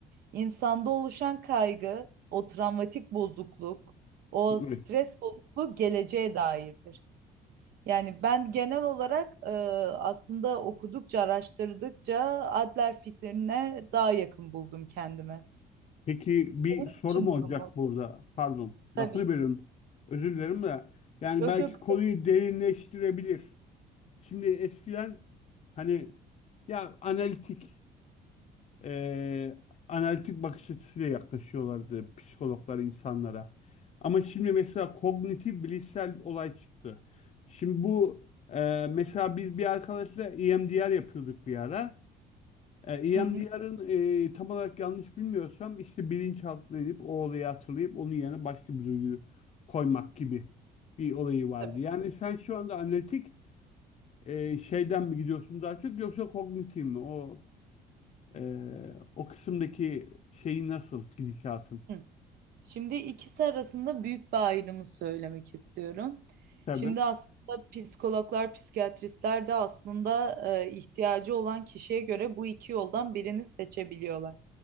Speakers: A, on the right; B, on the left.
A: İnsanda oluşan kaygı, o travmatik bozukluk, o stres
B: Evet.
A: bozukluğu geleceğe dairdir. Yani ben genel olarak e, aslında okudukça, araştırdıkça Adler fikrine daha yakın buldum kendime.
B: Peki
A: Senin
B: bir sorum
A: için
B: olacak
A: durum nasıl?
B: burada. Pardon,
A: Tabii.
B: lafını bölüyorum. Özür dilerim de. Yani
A: Yok
B: belki
A: yok.
B: konuyu derinleştirebilir. Şimdi eskiden hani ya analitik eee, analitik bakış açısıyla yaklaşıyorlardı psikologlar insanlara. Ama şimdi mesela kognitif bilişsel olay çıktı. Şimdi bu eee, mesela biz bir arkadaşla EMDR yapıyorduk bir ara. E, EMDR'ın
A: Hı hı,
B: e, tam olarak yanlış bilmiyorsam işte bilinçaltına inip o olayı hatırlayıp onun yerine başka bir duyguyu koymak gibi bir olayı vardı.
A: tabii.
B: Yani sen şu anda analitik e, şeyden mi gidiyorsun daha çok yoksa kognitif mi? O e, o kısımdaki şeyi nasıl gidişatın?
A: Hı. Şimdi ikisi arasında büyük bir ayrımı söylemek istiyorum.
B: Tabii.
A: Şimdi aslında psikologlar, psikiyatristler de aslında e, ihtiyacı olan kişiye göre bu iki yoldan birini seçebiliyorlar.